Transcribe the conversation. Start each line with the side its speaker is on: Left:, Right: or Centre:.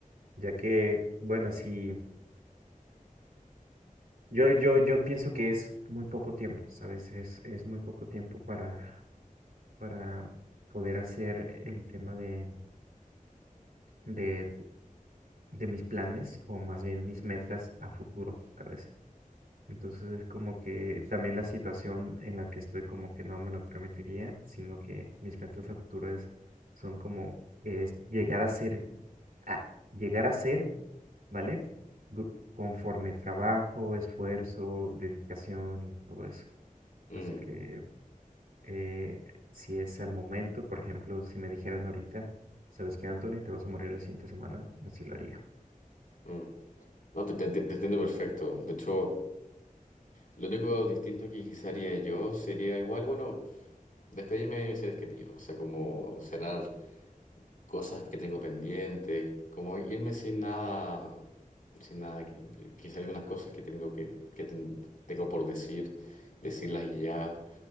Right: ya que, bueno, si yo, yo, yo pienso que es muy poco tiempo, ¿sabes? Es, es muy poco tiempo para, para poder hacer el tema de, de, de mis planes o más bien mis metas a futuro, ¿sabes? Entonces es como que también la situación en la que estoy como que no me lo permitiría, sino que mis metas a futuro es, son como es llegar a ser, a, llegar a ser, ¿vale? Du- Conforme trabajo, esfuerzo, dedicación y todo eso.
Left: mm,
Right: Así que eh, si es al momento, por ejemplo, si me dijeran ahorita, ¿sabes qué, Anthony? Te vas a morir la siguiente semana, así lo haría.
Left: mm. No, te, te- te- te entiendo perfecto. De hecho, lo único distinto que quizá haría yo sería igual, bueno, despedirme de mis seres queridos. O sea, como cerrar cosas que tengo pendientes, como irme sin nada, sin nada. qui- Quizá algunas cosas que tengo que, que ten- tengo por decir, decirlas y ya.